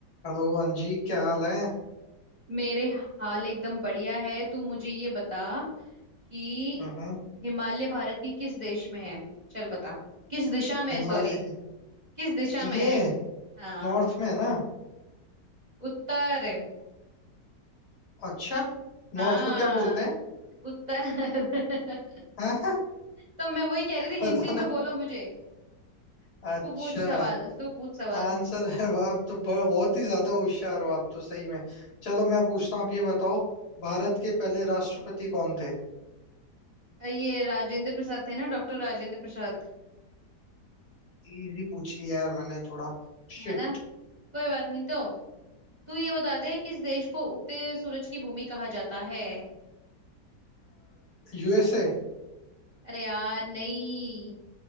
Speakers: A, on the left; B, on the right.
A: Hello Anji क्या हाल है
B: मेरे हाल एकदम बढ़िया है तू मुझे ये बता कि
A: हम्म
B: हिमालय भारत के किस देश में है चल बता किस दिशा में
A: हिमालय
B: है सॉरी किस दिशा में
A: ये
B: है हाँ
A: नॉर्थ में है ना
B: उत्तर
A: अच्छा
B: हाँ
A: नॉर्थ को क्या बोलते हैं
B: उत्तर <laughs>
A: हाँ, हाँ,
B: तो मैं वही कह रही थी
A: पता
B: हिंदी
A: ना
B: में बोलो मुझे
A: अच्छा
B: तू पूछ सवाल तू पूछ सवाल
A: आंसर है वाह, आप तो ब- बहुत ही ज्यादा होशियार हो आप तो सही में चलो मैं पूछता हूँ आप ये बताओ भारत के पहले राष्ट्रपति कौन थे
B: अ, ये राजेंद्र प्रसाद थे ना डॉक्टर राजेंद्र प्रसाद
A: इजी पूछ लिया यार मैंने थोड़ा
B: है
A: शिट
B: ना कोई बात नहीं तो तू ये बता दे किस देश को उगते सूरज की भूमि कहा जाता है
A: यूएसए
B: अरे यार नहीं